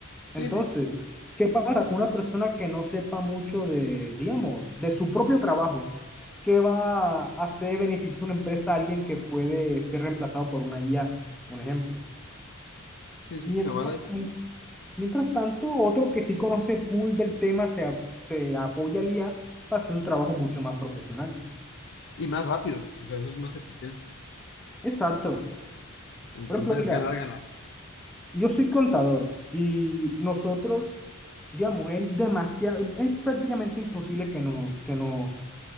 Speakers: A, on the left; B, in the centre.
A: Sí,
B: Entonces,
A: sí,
B: ¿qué pasa con una persona que no sepa mucho de, digamos, de su propio trabajo? ¿Qué va a hacer beneficio una empresa a alguien que puede ser reemplazado por una IA? Un ejemplo.
A: sí, sí,
B: Mientras,
A: que nomás hay-
B: tan- mientras tanto, otro que sí conoce full del tema se, a- se apoya al IA para hacer su trabajo mucho más profesional.
A: Y más rápido, o sea, eso es más eficiencia.
B: Exacto.
A: Entonces,
B: Por ejemplo, mira,
A: ganar, ganar.
B: yo soy contador y nosotros, digamos, es demasiado, es prácticamente imposible que, no, que nos